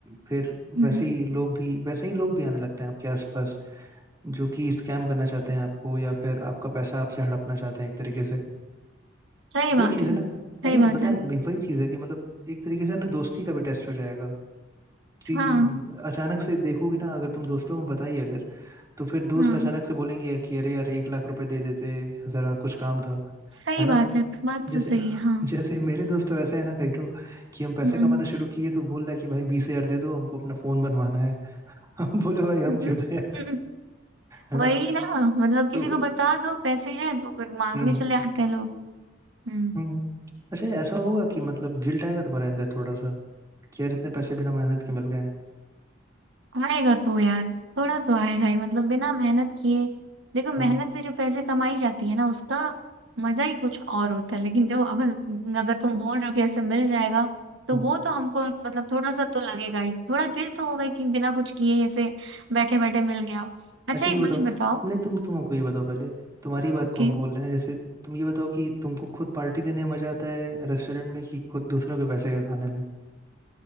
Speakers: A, on the right; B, on the right.
A: फिर
B: हम्म,
A: वैसे ही लोग भी वैसे ही लोग भी आने लगते हैं आपके आसपास जो कि स्कैम करना चाहते हैं आपको या फिर आपका पैसा आपसे हड़पना चाहते हैं एक तरीके से
B: सही
A: वही
B: बात
A: चीज़
B: है
A: है ना
B: सही
A: अरे
B: बात
A: बताएं
B: है
A: भाई वही चीज़ है कि मतलब एक तरीके से ना दोस्ती का भी टेस्ट हो जाएगा कि
B: हाँ
A: म, अचानक से देखोगी ना अगर तुम दोस्तों में बताई अगर तो फिर दोस्त
B: हाँ
A: अचानक से बोलेंगे कि अरे यार एक लाख रुपए दे देते ज़रा कुछ काम था
B: सही
A: है ना
B: बात है बात
A: जैसे
B: तो सही है हाँ
A: जैसे मेरे दोस्त तो ऐसे है ना कैठो कि हम पैसा
B: हम्म
A: कमाना शुरू किए तो बोल रहा है कि भाई बीस हजार दे दो हमको अपना फोन बनवाना है <laughs> हम बोले भाई हम
B: <laughs> हम्म।
A: क्यों दें यार है
B: वही
A: ना
B: ना मतलब किसी
A: तो
B: को बता दो पैसे हैं तो फिर मांगने
A: हम्म
B: चले आते हैं लोग हम्म।
A: हम्म अच्छा ऐसा होगा कि मतलब गिल्ट आएगा तुम्हारे अंदर थोड़ा सा कि यार इतने पैसे बिना मेहनत के मिल गए हैं
B: आएगा तो यार थोड़ा तो आएगा ही मतलब बिना मेहनत किए देखो मेहनत
A: हाँ
B: से जो पैसे कमाई जाती है ना उसका मजा ही कुछ और होता है लेकिन जो अब अगर तुम बोल रहे हो कि ऐसे मिल जाएगा तो
A: हम्म।
B: वो तो हमको मतलब थोड़ा सा तो लगेगा ही थोड़ा दिल तो होगा ही कि बिना कुछ किए ऐसे बैठे बैठे मिल गया अच्छा
A: अच्छा
B: एक
A: ये बताओ
B: बात बताओ
A: नहीं तुम तुम हमको ये बताओ पहले तुम्हारी बात
B: ओके
A: को हम बोल रहे हैं जैसे तुम ये बताओ कि तुमको खुद पार्टी देने में मजा आता है रेस्टोरेंट में कि खुद दूसरों के पैसे का खाने में